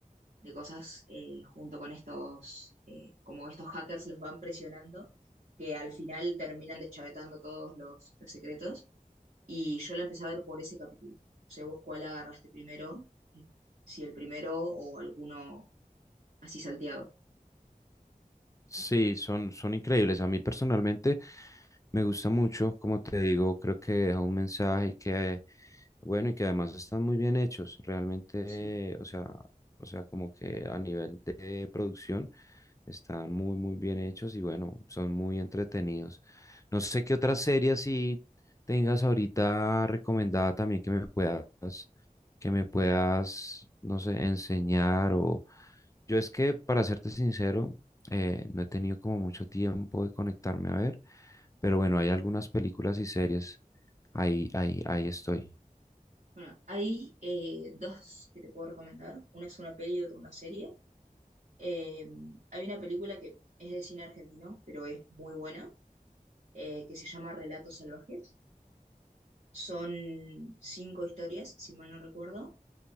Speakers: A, on the right; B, on the left.
A: de cosas eh, junto con estos, eh, como estos hackers los van presionando, que al final terminan deschavetando todos los, los secretos. Y yo la empecé a ver por ese capítulo. O sea, vos cuál agarraste primero, eh, si el primero o alguno así salteado.
B: Sí, son, son increíbles. A mí personalmente Me gusta mucho, como te digo, creo que deja un mensaje que, bueno, y que además están muy bien hechos, realmente,
A: Sí.
B: o sea, o sea, como que a nivel de producción. Están muy, muy bien hechos y bueno, son muy entretenidos. No sé qué otra serie así tengas ahorita recomendada también que me puedas, que me puedas, no sé, enseñar o... Yo es que, para serte sincero, eh, no he tenido como mucho tiempo de conectarme a ver, pero bueno, hay algunas películas y series. Ahí, ahí, ahí estoy.
A: Bueno, hay eh, dos que te puedo recomendar. Una es una peli y otra una serie. Eh, hay una película que es de cine argentino, pero es muy buena eh, que se llama Relatos Salvajes. Son cinco historias, si mal no recuerdo,